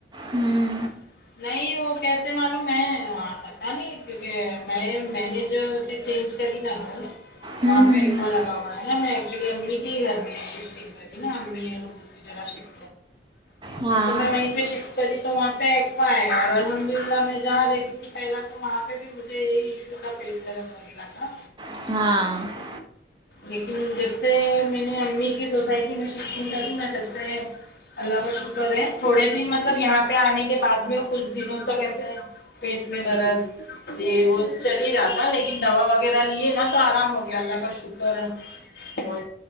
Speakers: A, on the right; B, on the left.
A: ہوں
B: ہاں نہیں وہ کیسے معلوم میں آتا تھا نہیں کیونکہ میں میں نے جو چینج کر ہی نہا تو
A: ہوں
B: وہاں پہ
A: ہوں
B: ایک بار گا ہے میںچولی امی کی گھر میں شفٹگ کریا ا ہممی لوگ دوسری جگہ شف
A: ہاں
B: تو میں وہیں پہ شفٹ کری تو وہاں پہ اخوا ہے اور الحمد للہ میں جہاں رہتی پہلا تو وہاں پہ بھی مجھے یہی ایشو کا پیٹ درد لگے گا تھا
A: ہاں
B: لیکن جب سے میں نے امی کی سوسائٹی میں شفٹنگ کری نا جب سے اللہ کا شکر ہے تھوڑے دن مطلب یہاں پہ آنے کے بعد میں کچھ دنوں تک ایسے ہے پیٹ میں درد یہ وہ چل ہی رہا تھا لیکن دوا وغیرہ لیے نا تو آرام ہو گیا اللہ کا شکر ہے بہت